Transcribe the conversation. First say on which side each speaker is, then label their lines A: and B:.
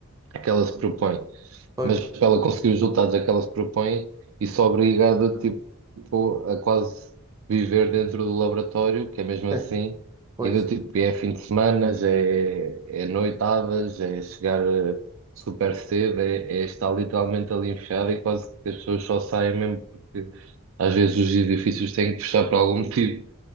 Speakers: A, on the right; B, on the right.
A: que ela se propõe
B: Pois,
A: mas para ela conseguir os resultados a que ela se propõe, isso obriga tipo, a quase viver dentro do laboratório, que é mesmo
B: <laughs>
A: assim,
B: pois.
A: e do tipo, é fim de semana, é, é noitadas, é chegar eh, super cedo, é, é estar literalmente ali enfiado e quase que as pessoas só saem mesmo porque às vezes os edifícios têm que fechar por algum motivo